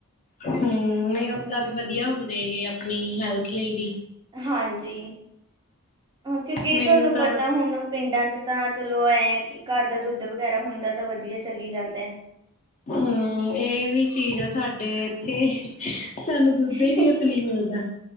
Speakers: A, on the left (about 35°); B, on the right (about 20°).
A: ਹੂੰ। ਨਹੀਂ ਓਦਾਂ
B: ਹੂੰ
A: ਵੀ
B: ਹੂੰ।
A: ਵਧੀਆ ਹੁੰਦੇ ਇਹ ਆਪਣੀ ਹੈਲਥ ਲਈ ਵੀ।
B: ਹਾਂਜੀ। ਕਿਉਂਕਿ
A: ਮੈਨੂੰ
B: ਤੁਹਾਨੂੰ
A: ਤਾਂ
B: ਪਤਾ ਹੋਣਾ ਪਿੰਡਾਂ'ਚ। ਤਾਂ ਚਲੋ ਐਂ, ਆਂ ਕਿ, ਘਰ ਦਾ ਦੁੱਧ ਵਗੈਰਾ ਹੁੰਦਾ ਤਾਂ ਵਧੀਆ ਚਲੀ ਜਾਂਦਾ ਹੈ।
A: ਹੂੰ, ਇਹ ਵੀ ਚੀਜ਼ ਆ ਸਾਡੇ ਇੱਥੇ ਸਾਨੂੰ ''ਦੁੱਧ
B: ਹੈ।
A: ਹੀ ਨੀ ਅਸਲੀ ਮਿਲਦਾ।